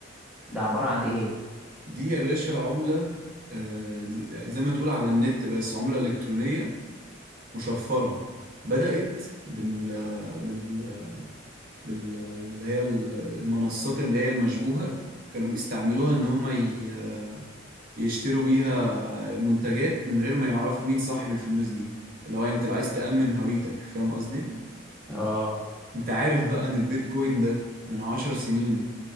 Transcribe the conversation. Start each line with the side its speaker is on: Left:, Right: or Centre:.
Centre: ده عبارة عن ايه
Right: دي يا باشا عملة آه، ز- زي ما تقول على النت بس عملة إلكترونية مشفرة بدأت بال... بال... بال... اللي هي المنصات اللي هي المشبوهة كانوا بيستعملوها إن هم ي... يشتروا بيها منتجات من غير ما يعرفوا مين صاحب الفلوس دي اللي هو انت عايز تأمن هويتك فاهم قصدي
Centre: اه
Right: انت عارف بقى ان البيتكوين ده من عشر سنين